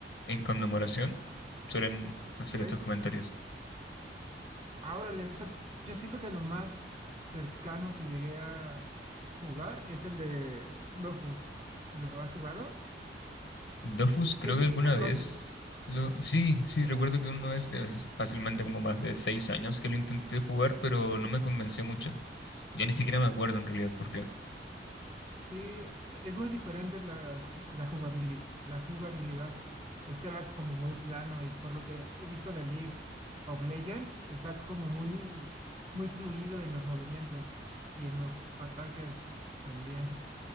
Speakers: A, on the left (about 85°); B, on the right (about 25°).
A: en conmemoración, suelen hacer
B: ok.
A: estos comentarios.
B: Ahora, o sea, yo siento que lo más cercano que llegué a jugar es el de Dofus. ¿Lo has jugado?
A: Dofus, creo
B: Ya tiene
A: que alguna
B: un buen
A: vez
B: rato.
A: lo... Sí, sí, recuerdo que una vez, es fácilmente como más de seis años que lo intenté jugar, pero no me convenció mucho. Ya ni siquiera me acuerdo en realidad por qué.
B: Sí, es muy diferente la, ju- la jugabilidad, la jugabilidad. Este era como muy plano y por lo que he visto de League of Legends, está como muy, muy fluido en los movimientos y en los ataques también.